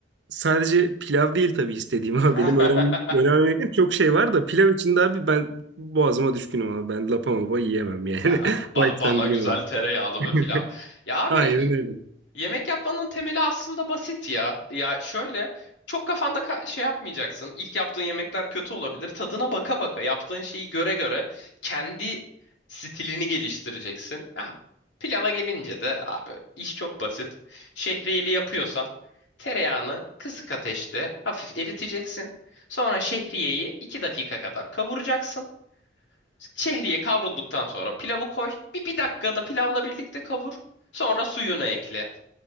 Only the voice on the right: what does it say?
sadece pilav değil tabii istediğim ama
benim öğrenmek, öğrenmem gereken çok şey var da pilav içinde abi ben boğazıma düşkünüm abi. Ben lapa mapa yiyemem yani.
<laughs>
Baştan
bilemem.
<laughs>
Aynen öyle.